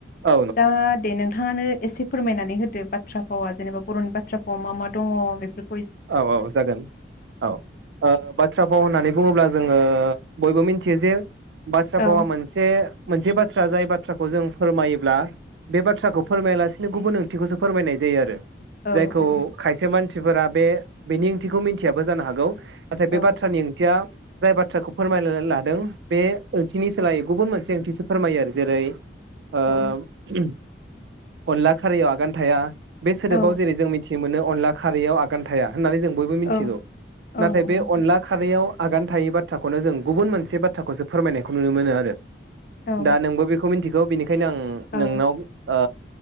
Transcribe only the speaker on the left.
दा दे नो थाङानो एसे फोरमायनानै होदो बाथ्रा भावा जेनेबा बर'नि बाथ्रा फावा मा मा दङ बेफोरख
औ
औ
औ
औ
औ
औ
औ औ
नंगौ
नोंथां
औ
औ